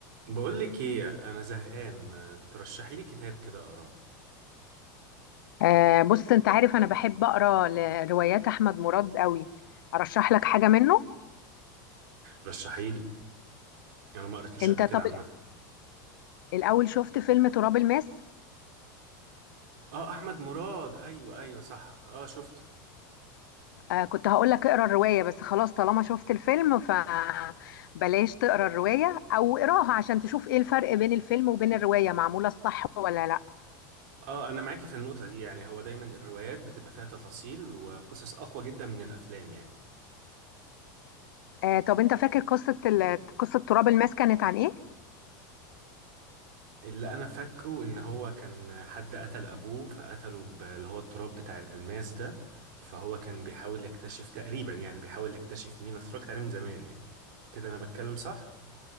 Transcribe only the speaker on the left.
آه بص انت عارف انا بحب اقرا لروايات احمد مراد قوي ارشح لك حاجه منه
انت
طب
الاول شفت فيلم تراب الماس
آه كنت هقول لك اقرا الروايه بس خلاص طالما شفت الفيلم فبلاش تقرا الروايه او اقراها عشان تشوف ايه الفرق بين الفيلم وبين الروايه معموله الصح ولا لا
آه طب انت فاكر قصه ال- قصه تراب الماس كانت عن ايه